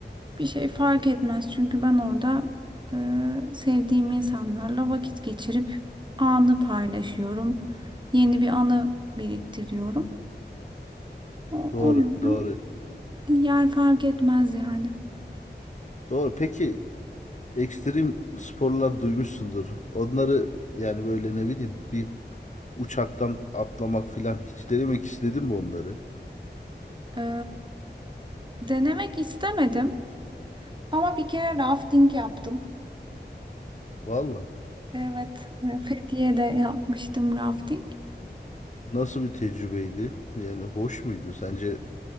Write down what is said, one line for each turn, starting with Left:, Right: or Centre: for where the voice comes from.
Right: Bir şey fark etmez çünkü ben orada e, sevdiğim insanlarla vakit geçirip anı paylaşıyorum. Yeni bir anı biriktiriyorum. O,
Left: Doğru,
Right: o yüzden
Left: doğru.
Right: yer fark etmez yani.
Left: Doğru. Peki ekstrem sporlar duymuşsundur. Onları yani böyle ne bileyim bir uçaktan atlamak filan hiç denemek istedim mi onları?
Right: E, denemek istemedim ama bir kere rafting yaptım.
Left: Valla.
Right: Evet, e, Fethiye'de yapmıştım rafting.
Left: Nasıl bir tecrübeydi? Yani hoş muydu? Sence